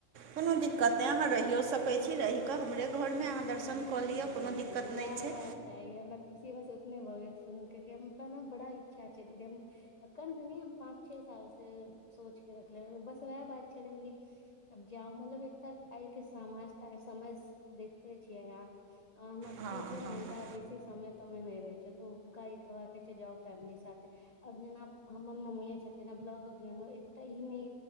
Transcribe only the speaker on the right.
कुनु दिक्कत नय अहाँ रहियो सकै छी रैह के हमरे घरमे अहाँ दर्शन
कऽ लिअ कोनो दिक्कत
नहि छै।
हँ
हँ
हँ